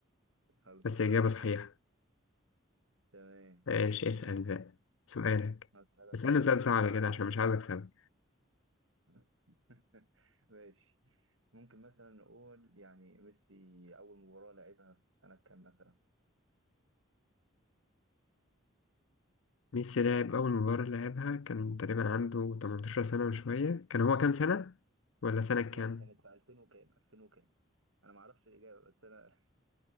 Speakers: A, on the right; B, on the left.
A: خلص
B: بس اجابة
A: <laughs>
B: صحيحة
A: ماشي تمام
B: ايش اسأل
A: ماشي
B: بقى سؤالك
A: هسألك
B: اسألني
A: سؤال
B: سؤال صعب
A: مثلا
B: كده عشان مش عايز اكسبك
A: <laughs> ماشي ممكن مثلا نقول يعني ميسي أول مباراة لعبها في سنة كام مثلا؟
B: ميسي لعب اول مباراة لعبها كان تقريبا عنده 18 سنة وشوية كان هو كام سنة ولا سنة كام
A: لا كانت في 2000 وكام 2000 وكام أنا معرفش الإجابة بس أنا